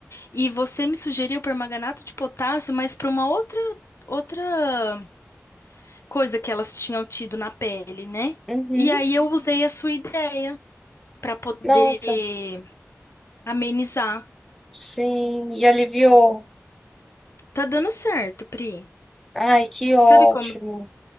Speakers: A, on the left (about 60°); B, in the centre.
A: e você me sugeriu permanganato de potássio, mas para uma outra outra coisa que elas tinham tido na pele, né?
B: uhum.
A: E aí eu usei a sua ideia para poder
B: Nossa,
A: amenizar.
B: sim, e aliviou.
A: Tá dando certo, Pri.
B: Ai, que ótimo.
A: Sabe como